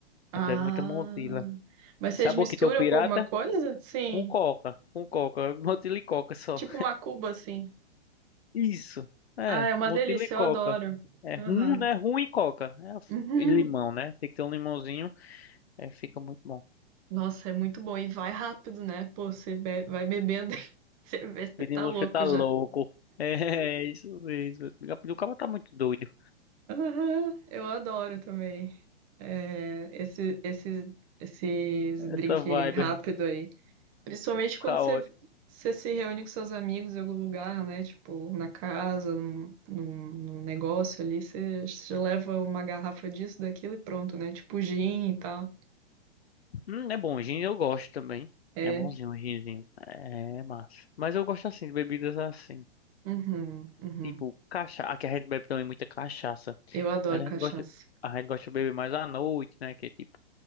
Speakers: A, on the right (about 35°); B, on the left (about 70°).
A: Ah,
B: A gente bebe muita Montila.
A: mas vocês
B: Sabe
A: misturam
B: o que tem o pirata?
A: com alguma coisa? Sim.
B: Com coca, com coca, <laughs> Montila e coca só.
A: Tipo uma cuba, assim.
B: Isso, é,
A: Ah, é uma
B: Montila
A: delícia,
B: e coca.
A: eu adoro.
B: É
A: Aham.
B: rum, né? Rum e coca.
A: Uhum.
B: É, e limão, né? Tem que ter um limãozinho, é, fica muito bom.
A: Nossa, é muito bom. E vai rápido, né? Pô, você be- vai bebendo, <laughs> você vê, você
B: Pedrinho,
A: tá
B: você
A: louco
B: tá
A: já.
B: louco. <laughs> É, isso mesmo. O cara tá muito doido.
A: Aham, Eu adoro também. É, esse, esses, esses
B: Essa
A: drink
B: vibe
A: rápido
B: aí,
A: aí. Principalmente
B: caótico.
A: quando você, você se reúne com seus amigos em algum lugar, né? Tipo, na casa, num, num, num negócio ali, você, você leva uma garrafa disso, daquilo e pronto, né? Tipo gin e tal.
B: Hum, é bom, gin eu gosto também.
A: É,
B: É bonzinho, o ginzinho. É massa. Mas eu gosto assim, de bebidas assim.
A: Uhum, uhum.
B: Tipo, cachaça. Aqui a gente bebe também muita cachaça.
A: Eu adoro
B: Mas
A: cachaça.
B: a gente gosta, a gente gosta de beber mais à noite, né? Que é tipo,